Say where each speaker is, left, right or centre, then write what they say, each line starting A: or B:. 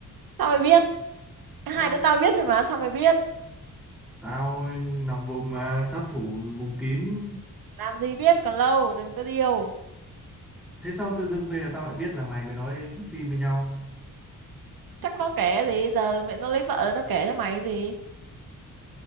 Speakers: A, on the right; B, in the centre.
A: sao mày biết hai
B: Ờ,
A: đứa tao biết rồi mà sao mày biết
B: tao nằm vùng mà sát thủ vùng kín
A: làm gì biết còn lâu đừng có điêu
B: thế sao tự dưng bây giờ tao lại biết là mày mới nói đi xem phim với nhau
A: chắc nó kể gì giờ mẹ nó lấy vợ nó kể cho mày cái gì